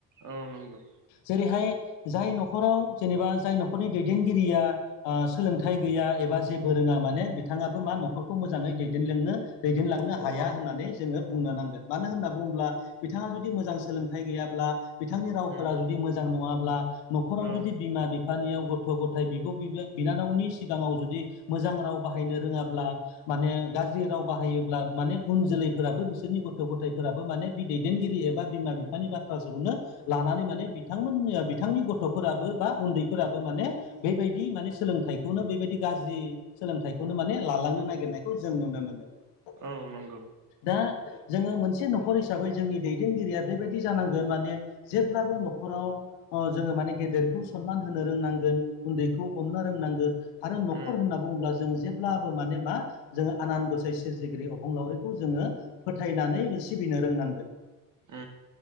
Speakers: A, on the right; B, on the left.
A: औ नंगौ
B: जेरैहाय जाय नख'राव जेनेबा जाय नख'रनि दैदेनगिरिया सोलोंथाइ गैया एबा जे फोर रोङा माने बिथाङाबो मा नख'रखौ मोजाङै दैदेननो दैदेनलांनो हाया होननानै जोङो बुंनो नाङ मानो होनना बुङोब्ला बिथाङा जुदि मोजां सोलोंथाइ गैयाब्ला बिथांनि रावफोरा
A: उम
B: जुदि मोजां नङाब्ला न'खराव
A: औ
B: जुदि बिमा बि बिानियाव गथ गथाय बिब बिनानावनि सिगाङाव जुदि मोजां राव बाहायनो रोङाबा माने गाज्रि राव बाहायोब्ला माने उन जोलैफोराबो बिसोरनि गथ' गथायफोराबो माने दैदेनगिरि एबा बिमा बिफानि बाथ्रााजोंनो लानानै माने बिथांमोन बिथांनि गथ'फोराबो बा उन्दैफोराबो माने बेबायदि माने सोलोंथाइखौनो बेबायदि गाज्रि सोलोंथाइखौनो माने लालांनो नागिरनायखौ जों नुनो मोनो
A: औ नंगौ
B: जोङो मोनसे नखर हिसाबै जोंनि दैदेनगिरिया बेबायदि जानांगोन माने जेब्लाबो न'खराव जोङो माने गेदेरखौ सनमान होनो रोंनांगोन उन्दैखौ अमनो रोंनांगोन आरो
A: उम
B: नखर होनना बुङोब्ला जों जेब्लाबो माने मा जोङो आनान गसाइ सोरजिगिरि अफंलावरिखौ जोङो फोथायनानै सिबिनो रोंनांगोन
A: ओ